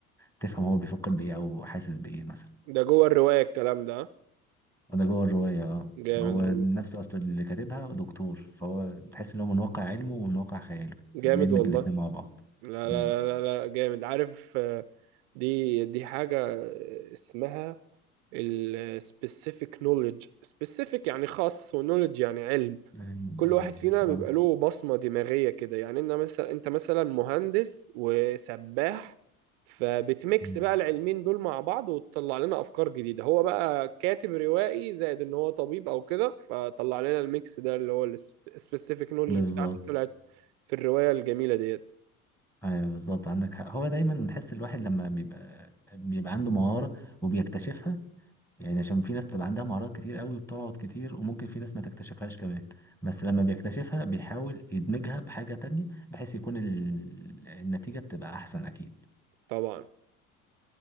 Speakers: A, in the centre; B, on the right.
A: تفهم هو بيفكر بايه او حاسس بايه مثلا
B: ده جوه الرواية الكلام ده آه؟
A: ده جوه الرواية اه
B: جامد
A: ما هو
B: والله
A: نفسه اصلا اللي كاتبها دكتور فهو تحس ان هو من واقع علمه ومن واقع خياله
B: جامد
A: بيدمج
B: والله
A: الاتنين مع بعض
B: لا
A: مم.
B: لا لا لا لا جامد عارف آه، دي دي حاجة اسمها ال specific knowledge specific يعني خاص و knowledge يعني علم
A: يعني،
B: كل
A: آه،
B: واحد فينا بيبقى
A: آه،
B: له بصمة دماغية كده يعني انت مثلا انت مثلا مهندس وسباح فبتميكس
A: آه.
B: بقى العلمين دول مع بعض وتطلع لنا افكار جديدة هو بقى كاتب روائي زائد ان هو طبيب او كده فطلع لنا الميكس ده اللي هو ال specific knowledge
A: بالظبط
B: بتاعته طلعت في الرواية الجميلة ديت
A: ايوه بالظبط عندك حق هو دايما نحس الواحد لما بيبقى بيبقى عنده مهارة وبيكتشفها يعني عشان في ناس تبقى عندها مهارات كتير قوي بتقعد كتير وممكن في ناس ما تكتشفهاش كمان بس لما بيكتشفها بيحاول يدمجها بحاجة تانية بحيث يكون ال... النتيجة بتبقى احسن اكيد
B: طبعا